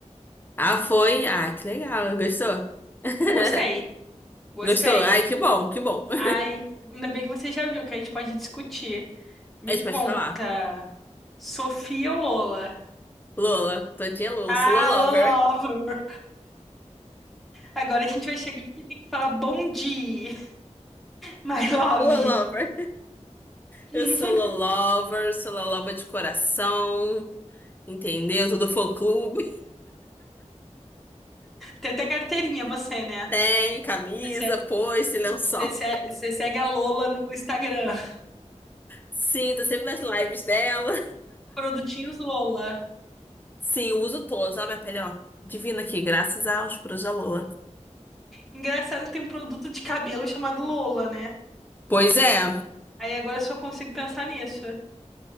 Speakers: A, on the left; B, in the centre.
A: Ah, foi? Ah, que legal, gostou? <laughs>
B: Gostei, gostei.
A: Gostou? Ai, que bom, que bom. <laughs>
B: Ai, ainda bem que você já viu, que a gente pode discutir. Me
A: A gente
B: conta,
A: pode falar.
B: Sofia ou Lola?
A: Lola, todinha Lola,
B: Ah,
A: sou Lolover.
B: Lolova! Agora a gente vai chegar aqui e tem que falar bom dia, my love.
A: Lolover.
B: <laughs>
A: Eu sou Lolover, sou Lolova de coração, entendeu? Todo fã-clube.
B: Tem até carteirinha você,
A: <laughs>
B: né?
A: Tenho camisa,
B: Você,
A: foice, lençol.
B: você- você segue a Lola no Instagram.
A: Sim, tô sempre nas lives dela.
B: Produtinhos Lola.
A: Sim, eu uso todos. Olha a minha pele, ó. Divina aqui, graças aos puros da Lola.
B: Engraçado que tem um produto de cabelo chamado Lola, né?
A: Pois é.
B: Aí agora eu só consigo pensar nisso.